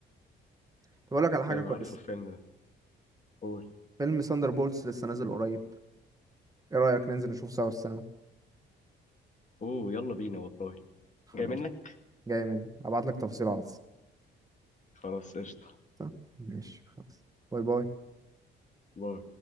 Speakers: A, on the right; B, on the left.
A: طب اقول لك على حاجه
B: ايوه
A: كويسه
B: عارفه الفيلم ده قول
A: فيلم ساندر بولتس لسه نازل قريب ايه رايك ننزل نشوفه سوا في السينما
B: اوه يلا بينا والله
A: خلاص
B: جاي منك
A: جاي مني ابعت لك تفاصيل على الواتس
B: خلاص قشطة
A: صح؟ ماشي خلاص باي باي
B: باي